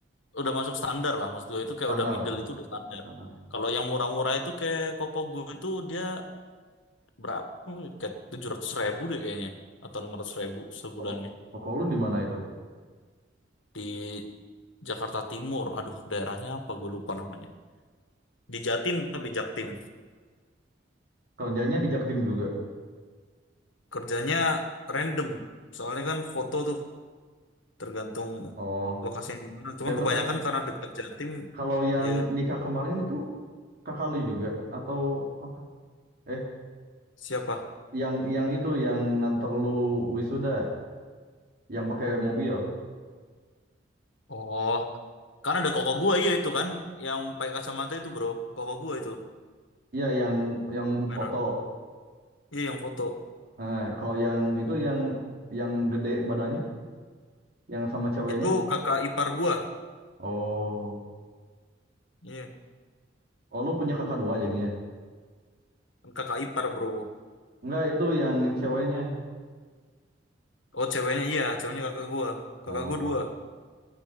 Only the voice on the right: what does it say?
Standar
ya?
Heeh.
Oh, oh, kalau lu di mana itu?
Kerjanya di Jaktim juga.
Oh,
eh bentar.
Kalau yang
nikah kemarin itu kakak lu juga atau apa? eh
yang yang itu yang nganter lu wisuda yang pakai mobil
iya yang yang
foto
Nah, kalau yang itu yang yang gede badannya yang sama ceweknya
oh
oh lu punya kakak dua jadinya
enggak itu yang ceweknya
oh